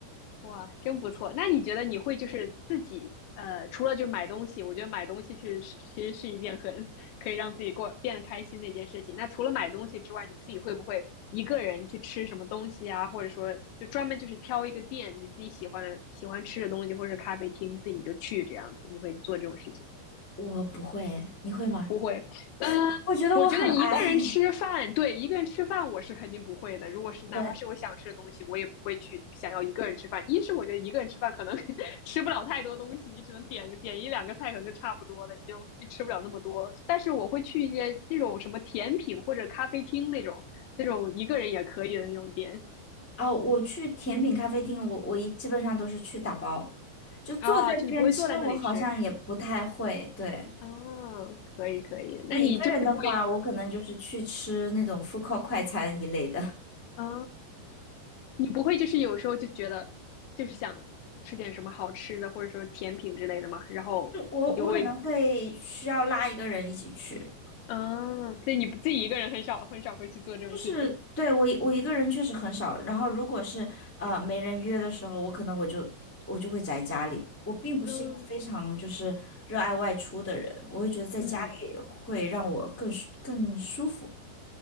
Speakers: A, on the left; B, in the centre.
A: 哇，真不错。那你觉得你会就是自己呃，除了就是买东西，我觉得买东西其实是其实是一件很可以让自己过变得开心的一件事情。那除了买东西之外，你自己会不会一个人去吃什么东西啊？或者说就专门就是挑一个店你自己喜欢的喜欢吃的东西，或者是咖啡厅自己就去这样子？你会做这种事情吗
B: 我不会诶你会吗？
A: 不会，嗯、
B: <laughs>
A: 呃我觉得一个人吃饭，
B: 我觉得我很爱。<laughs>
A: 对，一个人吃饭我是肯定不会的。如果是哪怕是我想吃的东西，
B: 对，
A: 我也不会去想要一个人吃饭。一是我觉得一个人吃饭可能 <laughs> 吃不了太多东西，你只能点点一两个菜，可能就差不多了，你就你吃不了那么多。但是我会去一些那种什么甜品或者咖啡厅那种那种一个人也可以的那种店
B: 哦，我去甜品咖啡厅，我我一基本上都是去打包，就坐在那边吃，
A: 啊，就你不会坐在那里吃
B: 我好像也不太会。对，
A: 啊，可以可以，
B: 就一个人的话，
A: 那你就是会
B: 我可能就是去吃那种 food court 快餐一类的，
A: 啊。你不会就是有时候就觉得就是想吃点什么好吃的，或者说甜品之类的嘛，然后你就会，
B: <laughs> 就我我可能会需要拉一个人一起去。
A: 嗯，所以你不自己一个人很少很少会去做这种事情。
B: 就是对我一我一个人确实很少，然后如果是呃没人约的时候，我可能我就我就会宅家里。我并不是一个非常就是热爱外出的人，
A: 嗯
B: 我会觉得在家里会让我更舒更舒服。
A: 嗯，